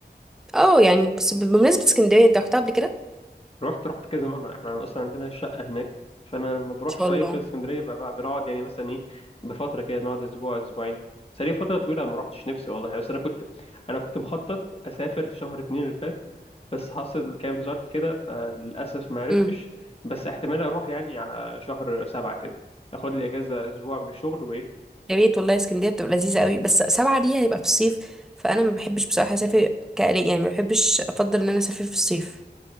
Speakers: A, in the centre; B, on the left.
A: اه يعني بس بمناسبه اسكندريه انت رحتها قبل كده ان
B: رحت رحت كذا مرة احنا اصلا عندنا شقة هناك فانا لما بروح
A: شاء
B: صيف
A: الله
B: في اسكندرية بقى بقى بنقعد يعني مثلا ايه بفترة كده نقعد اسبوع اسبوعين بس لي فترة طويلة ما رحتش نفسي والله بس انا كنت انا كنت مخطط اسافر في شهر اتنين اللي فات بس حصل كام ظرف كده فللاسف ما عرفتش
A: إمم.
B: بس احتمال اروح يعني على شهر سبعة كده اخد لي اجازة اسبوع من الشغل وايه
A: يا ريت والله اسكندريه بتبقى لذيذه قوي بس سبعة دي هيبقى في الصيف فانا ما بحبش بصراحه اسافر كالي يعني ما بحبش افضل ان انا اسافر في الصيف